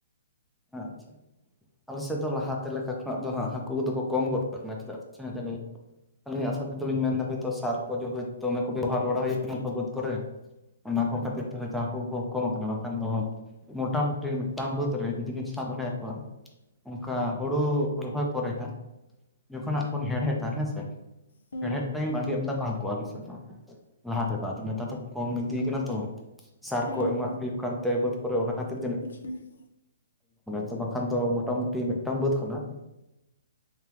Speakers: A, in the centre; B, on the left.
A: ᱟᱪᱪᱷᱟ ᱟᱞᱮᱥᱮᱫ ᱫᱚ ᱞᱟᱦᱟᱛᱮ ᱞᱮᱠᱟ ᱠᱷᱚᱱᱟᱜ ᱫᱚ ᱦᱟᱹᱠᱩ ᱠᱚᱫᱚ ᱠᱚ ᱠᱚᱢ ᱜᱚᱫ ᱟᱠᱟᱱᱟ ᱪᱮᱫᱟᱜ? ᱪᱟᱫᱱᱤ ᱟᱞᱤᱧᱟᱜ ᱟᱥᱟ ᱛᱮᱫᱚᱞᱤᱧ ᱢᱮᱱᱫᱟ ᱦᱳᱭᱛᱚ ᱥᱟᱨ ᱠᱚ ᱫᱚᱢᱮ ᱠᱚ ᱵᱮᱵᱚᱦᱟᱨ ᱵᱟᱲᱟ ᱦᱩᱭᱩᱜ ᱠᱟᱱᱟ ᱵᱟᱹᱫᱽ ᱠᱚᱨᱮ᱾ ᱚᱱᱟ ᱠᱚ ᱠᱷᱟᱹᱛᱤᱨ ᱛᱮ ᱡᱟ ᱦᱟᱹᱠᱩ ᱠᱚ ᱠᱚᱢ ᱟᱠᱟᱱᱟ ᱵᱟᱠᱷᱟᱱ ᱫᱚ ᱢᱚᱴᱟᱢᱩᱴᱤ ᱢᱤᱫᱴᱟᱝ ᱵᱟᱹᱫᱽ ᱨᱮ ᱡᱩᱫᱤ ᱵᱤᱱ ᱥᱟᱵ ᱫᱟᱲᱮᱭᱟᱠᱚᱣᱟ ᱚᱱᱠᱟ ᱦᱩᱲᱩ ᱨᱚᱦᱚᱭ ᱯᱚᱨᱮ ᱦᱟᱸᱜ ᱡᱚᱠᱷᱚᱱᱟᱜ ᱵᱚᱱ ᱦᱮᱲᱦᱮᱫᱟ ᱦᱮᱸᱥᱮ
B: ᱦᱮᱸ
A: ᱦᱮᱲᱦᱮᱫ <unintelligible> ᱟᱹᱰᱤ ᱟᱢᱫᱟ ᱠᱚ ᱦᱟᱹᱠᱩ ᱟᱞᱮᱥᱮᱫ ᱫᱚ ᱞᱟᱦᱟ ᱛᱮᱫᱚ ᱟᱫᱚ ᱱᱮᱛᱟᱨ ᱫᱚ᱾ ᱠᱚᱢ ᱤᱫᱤ
B: ᱦᱮᱸ
A: ᱠᱟᱱᱟ ᱛᱚ ᱥᱟᱨ
B: ᱦᱮᱸ
A: ᱠᱚ ᱮᱢᱟᱜ ᱦᱩᱭᱩᱜ ᱠᱟᱱᱛᱮ ᱵᱟᱹᱫ ᱠᱚᱨᱮ ᱚᱱᱟ ᱠᱷᱟᱹᱛᱤᱨ ᱛᱮ ᱡᱤᱫ
B: <unintelligible>
A: ᱛᱚ ᱵᱟᱠᱷᱟᱱ ᱫᱚ ᱢᱚᱴᱟᱢᱩᱴᱤ ᱢᱤᱫᱴᱟᱝ ᱵᱟᱹᱫᱽ ᱠᱷᱚᱱᱟᱜ